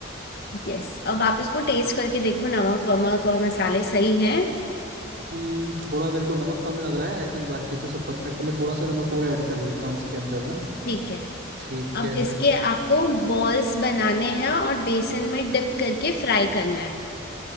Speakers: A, on the left; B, on the right.
A: यस अब आप इसको टेस्ट करके देखो नमक वमक और मसाले सही हैं
B: हम्म, थोड़ा मेरे को नमक कम लग रहा है आई थिंक बाकी तो सब परफेक्ट मैं थोड़ा सा नमक और ऐड कर लेता हूँ इसके अंदर ना
A: ठीक है
B: ठीक
A: अब
B: है
A: इसके आपको बॉल्स बनाने हैं और बेसन में डिप करके फ्राई करना है